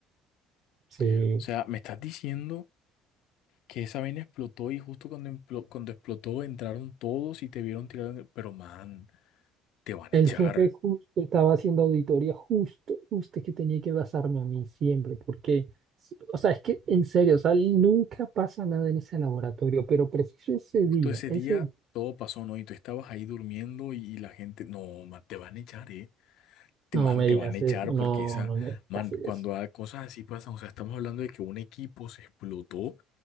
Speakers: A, on the right; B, on the left.
A: Sí.
B: O sea, me estás diciendo. que esa vaina explotó y justo cuando, emplo- cuando explotó entraron todos y te vieron tirado en el... Pero man, te van
A: El
B: a echar.
A: jefe justo estaba haciendo auditoría, justo, justo es que tenía que basarme a mí siempre, porque, s- o sea, es que en serio, o sea, nunca pasa nada en ese laboratorio, pero preciso ese
B: Justo
A: día,
B: ese
A: ese...
B: día todo pasó, ¿no? Y tú estabas ahí durmiendo y, y la gente, no, man, te van a echar, ¿eh? Te,
A: No
B: man,
A: me
B: te
A: digas
B: van a echar
A: eso, no,
B: porque esa,
A: no me
B: man,
A: digas eso.
B: cuando hay cosas así pasan, o sea, estamos hablando de que un equipo se explotó